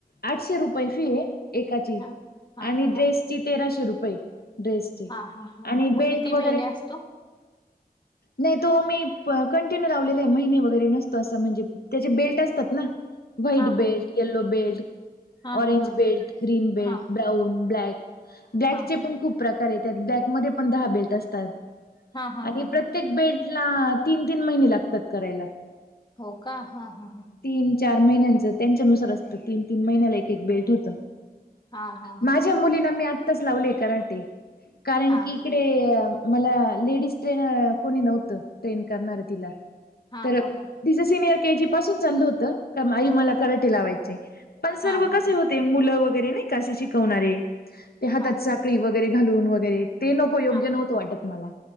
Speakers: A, on the left (about 70°); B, on the left (about 30°).
A: आठशे रुपये फी आहे एकाची
B: हा हा
A: आणि
B: हा हा
A: ड्रेसची.
B: हा.
A: तेराशे रुपये ड्रेसचे
B: हा हा हा
A: आणि
B: हा मग
A: बेल्ट
B: किती महिने
A: वगैरे.
B: असतो?
A: नाही तो मी. कंटिन्यू लावलेले आहे महिने वगैरे नसतो असं म्हणजे त्याचे बेल्ट असतात ना. व्हाईट
B: हा हा
A: बेल्ट,
B: हा
A: यल्लो बेल्ट,
B: हा
A: ऑरेंज
B: हा हा
A: बेल्ट,
B: हा
A: ग्रीन बेल्ट,
B: हा
A: ब्राऊन ब्लॅक ब्लॅकचे
B: हा
A: पण खूप प्रकार येतात ब्लॅकमध्ये पण दहा बेल्ट असतात
B: हा हा
A: आणि
B: हा
A: प्रत्ये
B: हा.
A: प्रत्येक बेल्ट ला तीन तीन महिने लागतात करायला.
B: हो का? हा हा.
A: तीन चार महिन्यांचं त्यांच्यानुसार असतं तीन तीन महिन्याला एक एक बेल्ट होतं.
B: हा हा हा
A: माझ्या मुलीला मी आत्ताच लावलेय कराटे कारण
B: हा
A: की, इकडे मला लेडीज ट्रेनर कोणी नव्हतं ट्रेन करणार तिला.
B: हा
A: तर
B: हा हा
A: तिचं सिनियर के जी पासून चाललं होतं. आई मला
B: हा
A: कराटे लावायचेय पण सर्व
B: हा हा
A: कसे
B: हा.
A: होते मुलं वगैरे नाही असे शिकवणारे. त्या हातात
B: हा
A: <unintelligible> कळी वगैरे घालून वगैरे ते नको योग्य
B: हा
A: नव्हतं वाटत मला